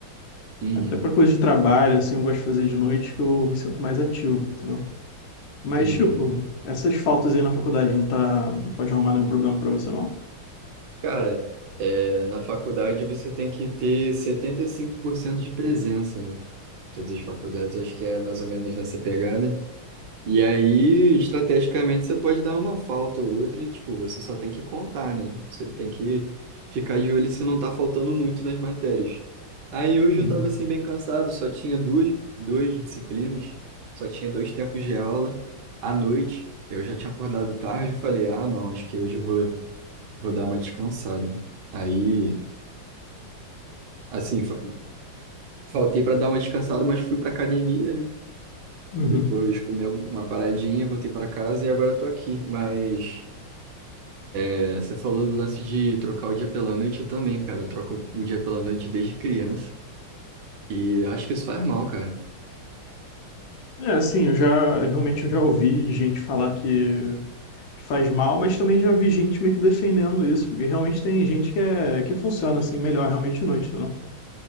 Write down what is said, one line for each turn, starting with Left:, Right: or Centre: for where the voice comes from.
Right: Uhum,
Left: Até pra coisa de trabalho, assim, eu gosto de fazer de noite que eu me sinto mais ativo, entendeu? Mas,
Right: entendi.
Left: tipo, essas faltas aí na faculdade não tá, não pode arrumar nenhum problema pra você, não?
Right: Cara, é, na faculdade você tem que ter 75% de presença, né? Todas as faculdades, acho que é mais ou menos nessa pegada. E aí, estrategicamente, você pode dar uma falta ou outra, e, tipo, você só tem que contar, né? Você tem que ficar de olho se não tá faltando muito nas matérias. Aí hoje
Left: Uhum.
Right: eu tava assim bem cansado, só tinha duas, duas disciplinas, só tinha dois tempos de aula à noite. Eu já tinha acordado tarde, eu falei, ah, não, acho que hoje eu vou, vou dar uma descansada. Aí, assim, fa- faltei para dar uma descansada, mas fui pra academia, né?
Left: Uhum.
Right: Depois comi uma paradinha, voltei para casa e agora eu tô aqui. Mas É, Você falou do lance de trocar o dia pela noite, eu também, cara. Eu troco o dia pela noite desde criança. E acho que isso faz mal, cara.
Left: É, assim, eu já eu realmente eu já ouvi gente falar que, que faz mal, mas também já vi gente meio que defendendo isso, porque realmente tem gente que, é, que funciona assim melhor realmente à noite, entendeu?